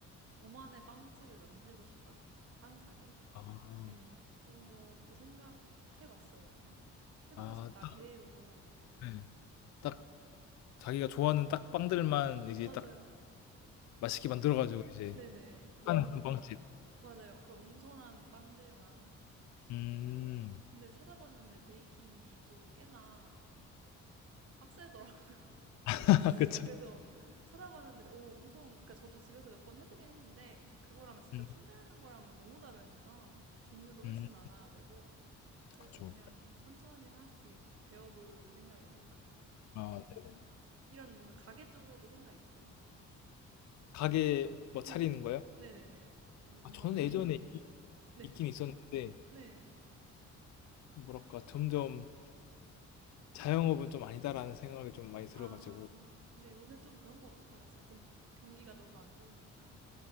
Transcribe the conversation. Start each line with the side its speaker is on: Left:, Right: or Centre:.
Right: 저만의 빵집을 만들고 싶다. 빵 가게.
Left: 아.
Right: 예. 네, 그런 것도 생각해봤어요. 그냥 해보고
Left: 아
Right: 싶다
Left: 딱
Right: 계획으로.
Left: 예. 딱 자기가 좋아하는 딱 빵들만 이제
Right: 맞아요.
Left: 딱 맛있게
Right: 네,
Left: 만들어 가지고 이제
Right: 네네. 그
Left: 파는
Right: 엄,
Left: 그런 빵집.
Right: 맞아요. 그 엄선한 빵들만.
Left: 음.
Right: 근데 찾아봤는데 베이킹이 또 꽤나 빡세더라고요.
Left: <laughs>
Right: <laughs>
Left: 그쵸.
Right: 그래서 찾아봤는데, 오, 엄청, 그러니까 저도 집에서 몇 번 해보긴 했는데, 그거랑 진짜
Left: 음.
Right: 판매하는 거랑은 너무 다르니까, 종류도 훨씬
Left: 음.
Right: 많아야 되고, 그래서
Left: 그쵸.
Right: 그냥 천천히 하나씩 배워볼 생각입니다.
Left: 아 네.
Right: 이런 뭔가 가게 쪽으로도 생각 있으세요?
Left: 가게 뭐 차리는
Right: 네.
Left: 거요?
Right: 네네네. 미-
Left: 아
Right: 뭔가
Left: 저는
Right: 미래,
Left: 예전에 있
Right: 네.
Left: 있긴 있었는데
Right: 네.
Left: 뭐랄까 점점 자영업은 좀 아니다라는 생각이 좀 많이 들어
Right: 아,
Left: 가지고
Right: 근데 요새 좀 그런 것 같아요. 저도. <laughs> 경기가 너무 안 좋으니까.